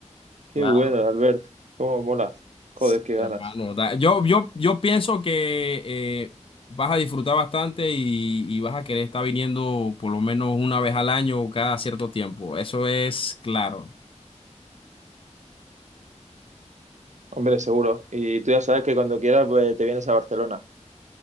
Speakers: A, on the right; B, on the left.
A: qué
B: Claro.
A: bueno, Albert. Cómo mola.
B: Sí,
A: Joder, qué ganas.
B: hermano. da- Yo, yo, yo pienso que eh, vas a disfrutar bastante y, y vas a querer estar viniendo por lo menos una vez al año o cada cierto tiempo. Eso es claro.
A: Hombre, seguro. Y tú ya sabes que cuando quieras, pues, te vienes a Barcelona.